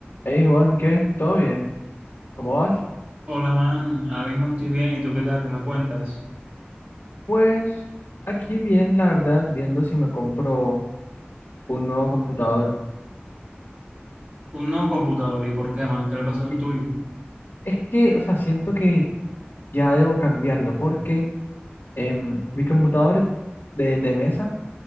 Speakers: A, on the left (about 70°); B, on the right (about 35°).
A: Hey Juan, ¿qué? ¿Todo bien? ¿Cómo vas?
B: Hola, man. Ahora mismo estoy bien. ¿Y tú qué tal? ¿Qué me cuentas?
A: Pues aquí bien, la verdad, viendo si me compro un nuevo computador.
B: Un nuevo computador. ¿Y por qué, man? ¿Qué le pasó al
A: Y
B: tuyo?
A: es que, o sea, siento que ya debo cambiarlo porque em, mi computador de, de mesa